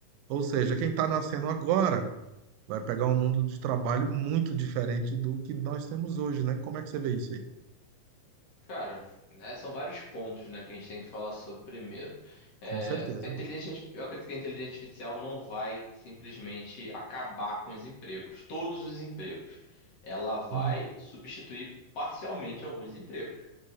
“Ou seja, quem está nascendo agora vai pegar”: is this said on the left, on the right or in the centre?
Right